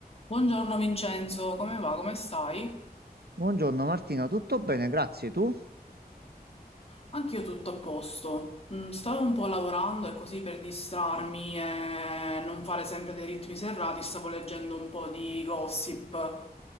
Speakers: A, on the left; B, on the right.
A: Buongiorno Vincenzo, come va? Come stai?
B: Buongiorno Martina, tutto bene? Grazie. Tu?
A: Anch'io tutto a posto. Mm, Stavo un po' lavorando e così per distrarmi e non fare sempre dei ritmi serrati, stavo leggendo un po' di gossip.